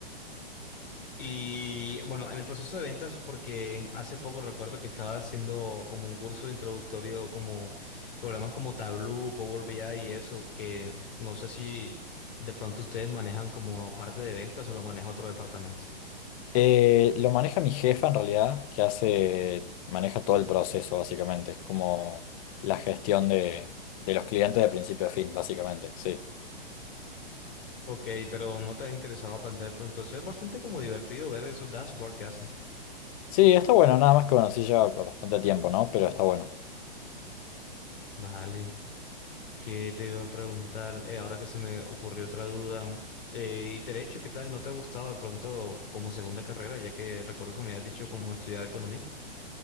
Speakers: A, on the left; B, on the left.
A: Y bueno, en el proceso de ventas, porque hace poco recuerdo que estaba haciendo como un curso de introductorio, como programas como Tableau, Power BI y eso, que no sé si de pronto ustedes manejan como parte de ventas o lo maneja otro departamento.
B: Eh, lo maneja mi jefa en realidad, que hace, maneja todo el proceso básicamente, es como la gestión de, de los clientes de principio a fin básicamente, sí.
A: Ok, pero no te ha interesado aprender de pronto eso. Es bastante como divertido ver esos dashboards que hacen.
B: Sí, está bueno, nada más que bueno, sí lleva bastante tiempo, ¿no? Pero está bueno.
A: Vale. que te iba a preguntar, eh, ahora que se me ocurrió otra duda, eh, y derecho, ¿qué tal? ¿No te ha gustado de pronto como segunda carrera, ya que recuerdo que me habías dicho cómo estudiar economía?